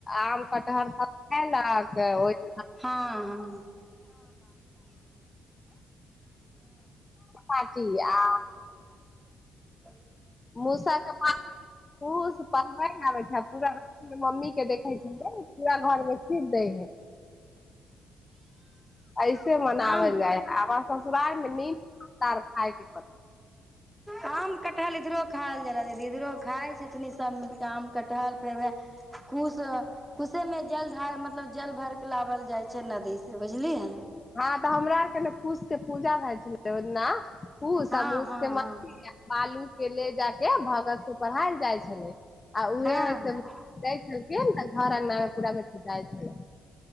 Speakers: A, on the left (about 25°); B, in the centre.
A: आम कटहर सब खैलक ओर दिना।
B: हँ हँ।
A: पार्टी आ।
B: ह।
A: मौसा के पढ़बे आबै छै पूरा। मम्मी के देखै छै पूरा घरमे फिर दै है। ऐसे मनाओल
B: आम
A: जाइ है, आब ससुरार मे नीम पत खायके प।
B: आम कटहल इधरो खायएल जा दीदी इधरो खाइ छै तनी। सब मिलके आम कटहल फेर वह कुश कुशे मे जल डार मतलब जल भरके। लाओल जाइ छै, नदी से बुझलियै।
A: हँ तऽ हमरा आरके ने कूश के पूजा भए छलै, ओना कूश
B: हँ
A: आसके
B: हँ हँ
A: म। बालू के ले ज के भगत से पढ़ायल जाइ छले। आ उहे
B: हँ
A: ह से दै छलखिन तऽ घर अंगना मे पूरा में छुटा छलै।